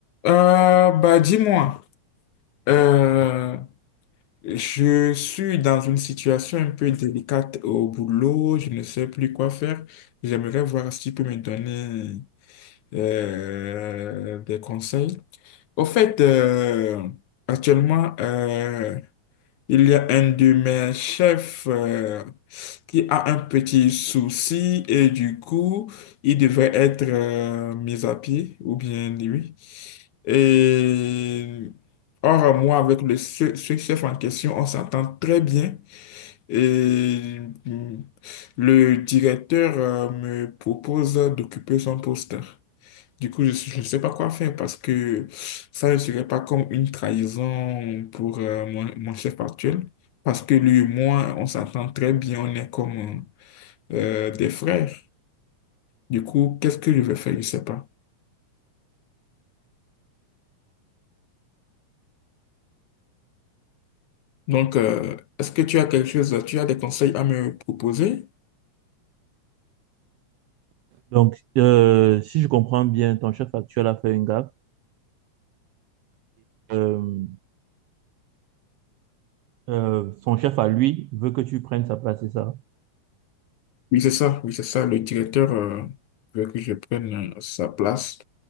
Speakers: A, on the left (about 85°); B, on the right (about 85°).
A: Euh, bah, dis-moi, euh, je suis dans une situation un peu délicate au boulot, je ne sais plus quoi faire. J'aimerais voir si tu peux me donner euh, des conseils. Au fait, euh, actuellement, euh, il y a un de mes chefs euh, qui a un petit souci et du coup, il devrait être euh, mis à pied ou bien lui. Et or, moi, avec le ce, ce chef en question, on s'entend très bien. Et mm, le directeur euh, me propose d'occuper son poste. Du coup, je ne sais pas quoi faire parce que ça ne serait pas comme une trahison pour euh, mon, mon chef actuel. Parce que lui et moi, on s'entend très bien, on est comme euh, des frères. Du coup, qu'est-ce que je vais faire? Je ne sais pas. Donc, euh, est-ce que tu as quelque chose, tu as des conseils à me proposer?
B: Donc, euh, si je comprends bien, ton chef actuel a fait une gaffe. Euh, euh, son chef à lui veut que tu prennes sa place, c'est ça?
A: Oui, c'est ça, oui, c'est ça. Le directeur euh, veut que je prenne euh, sa place.